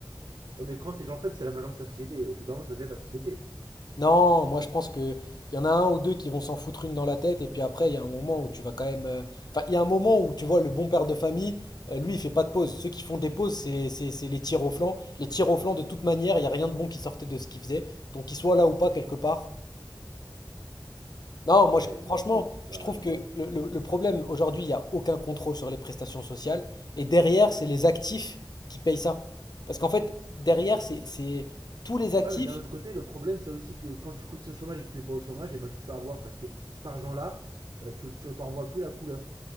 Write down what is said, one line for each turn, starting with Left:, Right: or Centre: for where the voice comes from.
Right: Ouais, mais quand t'es gens faibles, c'est la majorité de ta société. Au bout d'un moment, ça devient ta société.
Left: Non, moi je pense que il y en a un ou deux qui vont s'en foutre une dans la tête et puis après il y a un moment où tu vas quand même. euh, Enfin, il y a un moment où tu vois le bon père de famille, euh, lui il fait pas de pause. Ceux qui font des pauses, c'est c'est- c'est les tirs au flanc. Les tirs au flanc de toute manière, il y a rien de bon qui sortait de ce qu'il faisait. Donc qu'ils soient là ou pas quelque part, Non,
Right: Ouais,
Left: moi, je-
Right: non,
Left: franchement,
Right: non, je suis pas.
Left: je trouve que le, le- le problème aujourd'hui, il n'y a aucun contrôle sur les prestations sociales. Et derrière, c'est les actifs qui payent ça. Parce qu'en fait, derrière, c'est c'est tous les actifs.
Right: Ouais, mais d'un autre côté, le problème, c'est aussi que quand tu cotises au chômage et que tu n'es pas au chômage, et ben tu te fais avoir parce que cet argent-là, euh, tu tu t'en vois plus la couleur.